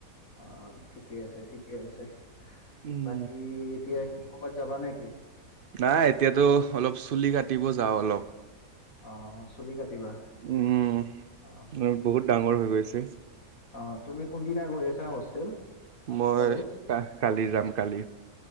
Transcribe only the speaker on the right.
উম
নাই, এতিয়াতো অলপ চুলি কাটিব যাওঁ অলপ।
উম,
বহুত
ডাঙৰ হৈ গৈছে।
মই
কা- কালি যাম কালি